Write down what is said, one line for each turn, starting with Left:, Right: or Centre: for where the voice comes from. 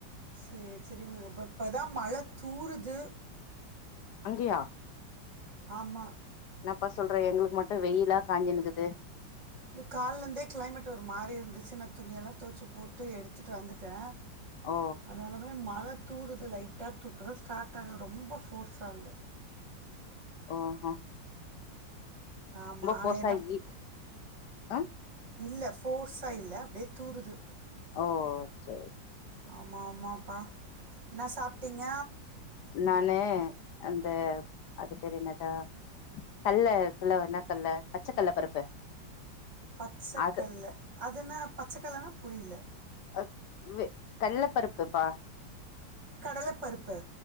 Right: சேரி சேரிங்கங்க அப்ப இப்பதா மழை தூறுது
Left: அங்கயா
Right: ஆமா
Left: என்னப்பா சொல்றே எங்களுக்கு மட்டு வெயிலா காஞ்சின்னுக்குது
Right: இந்த காலேருந்தே கிளைமேட் ஒரு மாரி இருந்துச்சு நா துணியெல்லா தொவச்சி போட்டு எடுத்துட்டு வந்துட்டே
Left: ஓ
Right: அதனாலத மழ தூறுது லைட்டா து இப்புதா ஆகுது ரொம்ப ஃபோர்ஸ்ஸா இல்ல
Left: ஓஹோ
Right: ஆமா
Left: போசா
Right: என்ன பேச
Left: இ ஆ
Right: இல்ல ஃபோர்ஸா இல்ல அப்டியே தூறுது
Left: ஓ சேரி
Right: ஆமா ஆமாப்பா என்ன சாப்டீங்க
Left: நானு அந்த அது பெர் என்னது தல்லு தில்லோ என்ன கல்ல பச்சக்கல்ல பருப்பு
Right: பச்சக்கல்ல
Left: அது
Right: அதுனா பச்சக்கல்லனா புரியில்ல
Left: அக் வே கல்ல பருப்புப்பா
Right: கடலைப்பருப்பு